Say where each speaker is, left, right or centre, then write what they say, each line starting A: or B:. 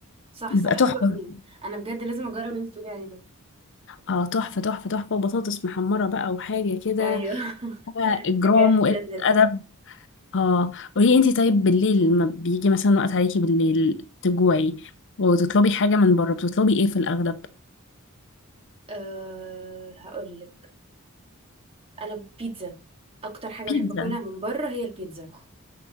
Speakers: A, on the right; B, on the left.
A: صح
B: بيبقى
A: صح حلو
B: تحفة
A: قوي انا بجد لازم اجرب اللي انت بتقولي عليه ده
B: اه تحفة تحفة تحفة وبطاطس محمرة بقى وحاجة كده
A: ايوه <laughs>
B: آه، إجرام
A: حاجه اخر
B: وقلة
A: لذيذه
B: أدب اه قولي انتي طيب بالليل لما بيجي مثلا وقت عليكي بالليل تجوعي وتطلبي حاجة من بره بتطلبي ايه في الأغلب؟
A: أه هقول لك انا بيتزا اكتر حاجه
B: بيتزا
A: بحب اكلها من بره هي البيتزا